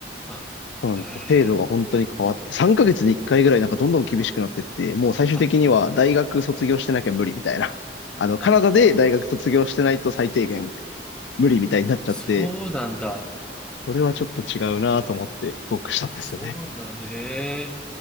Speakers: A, in the centre; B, on the left (about 75°).
A: あ、
B: そうなんですよ。
A: え
B: 制度が本当に変わって、
A: え。
B: 3ヶ月に1回ぐらいなんかどんどん厳しくなってって、もう最終的には大学卒業してなきゃ無理みたいな。
A: あ、
B: <laughs> あの、カナダで大学卒業してないと最低限
A: あ、
B: 無理みたいになっちゃって、
A: そうなんだ。
B: それはちょっと違うなと思って帰国したんですよね。
A: えー、あ、そうなんだ。ええ。